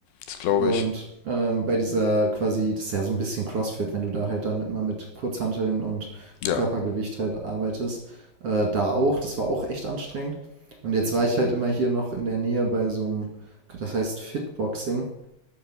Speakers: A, on the left (about 85°); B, on the right (about 45°).
A: Das glaube
B: Und
A: ich.
B: ähm, bei dieser quasi, das ist ja so ein bisschen CrossFit, wenn du da halt dann immer mit Kurzhanteln und
A: Ja,
B: Körpergewicht halt arbeitest, äh, da auch, das war auch echt anstrengend. Und jetzt war ich halt immer hier noch in der Nähe bei so einem, das heißt Fitboxing.